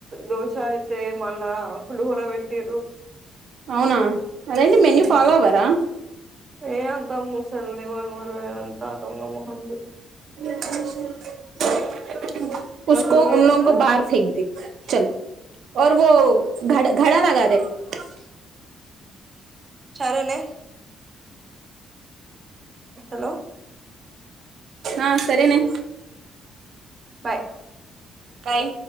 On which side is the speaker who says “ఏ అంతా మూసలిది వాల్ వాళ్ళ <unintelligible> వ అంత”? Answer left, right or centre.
Right